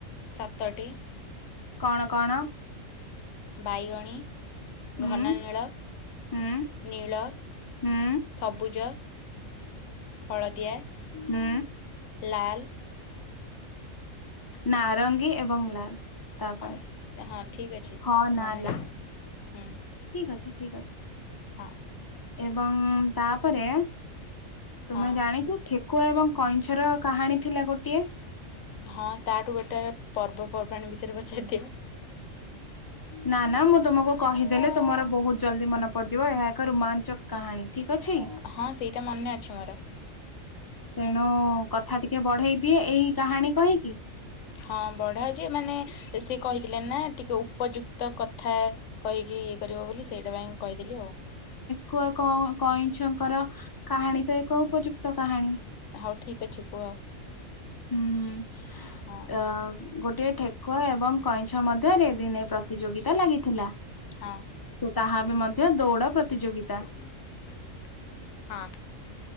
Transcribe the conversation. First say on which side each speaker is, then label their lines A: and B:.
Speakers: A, on the left; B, on the left.
A: ସାତଟି।
B: କଣ କଣ?
A: ବାଇଗଣୀ,
B: ହୁଁ
A: ଘନନୀଳ
B: ହୁଁ
A: ନୀଳ,
B: ହୁଁ
A: ସବୁଜ, ହଳଦିଆ
B: ଉଁ
A: ଲାଲ
B: ନାରଙ୍ଗୀ ଏବଂ ଲାଲ। ତାପରେ
A: ହଁ ହଁ ଠିକ ଅଛି
B: ହଁ ନା
A: ମାନେ
B: ଲା
A: ହୁଁ
B: ଠିକ ଅଛି ଠିକ ଅଛି।
A: ହଁ।
B: ଏବଂ ତାପରେ ତୁମେ
A: ହଁ
B: ଜାଣି ଠେକୁଆ ଏବଂ କଇଁଛର କାହାଣୀ ଥିଲା ଗୋଟିଏ?
A: ହଁ ତାଠୁ ବେଟର ପର୍ବପର୍ବାଣି ବିଷୟରେ ପଚାରିଦିଅ।
B: ନା ନା ମୁଁ ତୁମକୁ କହିଦେଲେ ତୁମର ବହୁତ ଜଲଦି ମନେ ପଡିଯିବ ଏହା ଏକ ରୋମାଞ୍ଚକ କାହାଣୀ ଠିକ ଅଛି।
A: ହଁ ସେଇଟା ମନେ ଅଛି ମୋର।
B: ତେଣୁ କଥା ଟିକେ ବଢେଇ ଦିଏ ଏଇ କାହାଣୀ କହିକି
A: ହଁ ବଢା ଯେ ମାନେ ସେ କହିଥିଲେ ନା ଟିକେ ଉପଯୁକ୍ତ କଥା କହିକି ଇଏ କରିବ ବୋଲି ସେଇଟା ପାଇଁ କହିଦେଲି ଆଉ।
B: କୁଅ କଁ କଇଁଛଙ୍କର କାହାଣୀ ତ ଏକ ଉପଯୁକ୍ତ କାହାଣୀ।
A: ହଉ ଠିକ ଅଛି କୁହ।
B: ହୁଁ ଉଁ
A: ହଁ
B: ଅ ଗୋଟିଏ ଠେକୁଆ ଏବଂ କଇଁଛ ମଧ୍ୟରେ ଦିନେ ପ୍ରତିଯୋଗିତା ଲାଗିଥିଲା।
A: ହଁ।
B: ସେ ତାହା ଏବେ ମଧ୍ୟ ଦୌଡ ପ୍ରତିଯୋଗିତା
A: <unintelligible> ହଁ।